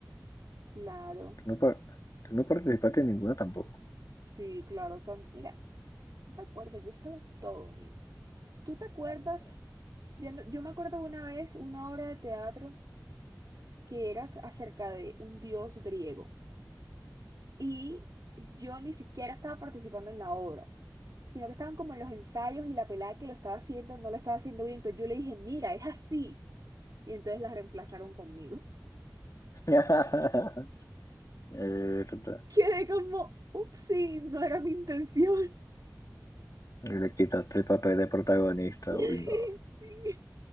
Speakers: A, on the right (about 55°); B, on the left (about 50°).
A: Claro,
B: Tú no, par- tú no participaste en ninguna tampoco.
A: sí, claro. can- Mira, ¿tú te acuerdas? Yo estaba en todo, niño. ¿Tú te acuerdas? Yo, no- yo me acuerdo una vez una obra de teatro que era acerca de un dios griego y yo ni siquiera estaba participando en la obra. sino que estaban como en los ensayos y la pelada que lo estaba haciendo no lo estaba haciendo bien. Entonces yo le dije, mira, es así. Y entonces la reemplazaron conmigo.
B: <laughs> Eh, tota,
A: <laughs> Quedé como, upsí, no era mi intención.
B: le quitaste el papel de protagonista,
A: <laughs>
B: uy, no.
A: Sí,